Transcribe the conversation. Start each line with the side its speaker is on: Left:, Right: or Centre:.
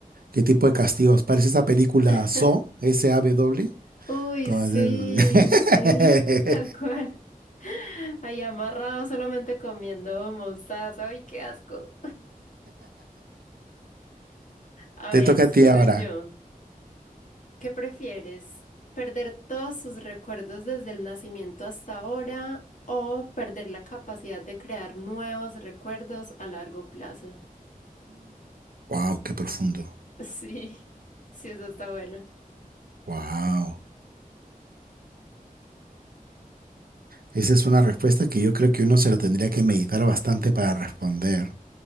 Right: ¿Qué tipo de castigos? Parece esa película
Left: <laughs>
Right: Saw, S-A-W.
Left: Uy,
Right: Toda-
Left: sí,
Right: <laughs>
Left: sí, <laughs> tal cual. Ahí amarrado solamente comiendo mostaza. Uy, qué asco. A
Right: Te
Left: ver,
Right: toca
Left: sigo
Right: a ti ahora.
Left: yo. ¿Qué prefieres? ¿Perder todos sus recuerdos desde el nacimiento hasta ahora o perder la capacidad de crear nuevos recuerdos a largo plazo? <laughs>
Right: Wow, <gasps> qué profundo.
Left: Sí, sí, eso está bueno.
Right: Wow. Esa es una respuesta que yo creo que uno se lo tendría que meditar bastante para responder.